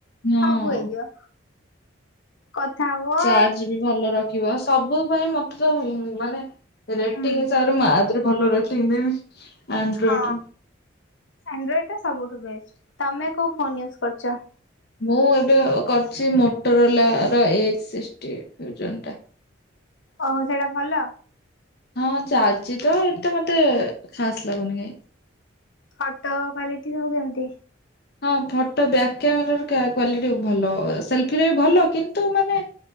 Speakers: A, on the left; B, on the left.
A: ହଁ
B: ସବୁ ହେଇଯିବ କଥା ହୁଅ
A: ଚାର୍ଜ ବି ଭଲ ରଖିବ ସବୁ ପାଇଁ ମତେ ତ ମାନେ ରେଟିଂ
B: ହଁ।
A: ହିସାବରେ ମୁଁ ଆଦରେ ଭଲ ରେଟିଂ ଦେବି। ଆଣ୍ଡ୍ରଏଡ
B: ହଁ ଆନ୍ଡ୍ରୁଏଡ ଟା ସବୁଠୁ ବେଷ୍ଟ ତମେ କୋଉ ଫୋନ ୟୁଜ୍ କରୁଛ।
A: ମୁଁ ଏବେ କରିଛି ମୋଟ୍ରୋଲାର ର ଏ ସିକ୍ଟିଁ ଭର୍ଜନ ଟା।
B: ଓହୋ ସେଇଟା ଭଲ?
A: ହଁ ଚାଲିଛି ତ ଏତେ ମତେ ଖାସ ଲାଗୁନି କାଇଁ।
B: ଫୋଟୋ କ୍ୟଲିଟି ସବୁ କେମତି?
A: ହଁ ଫଟୋ ବ୍ୟାକ୍ କ୍ୟାମେର ର କ୍ଵାଲିଟି ଭଲ ସେଲଫି ବି ଭଲ କିନ୍ତୁ ମାନେ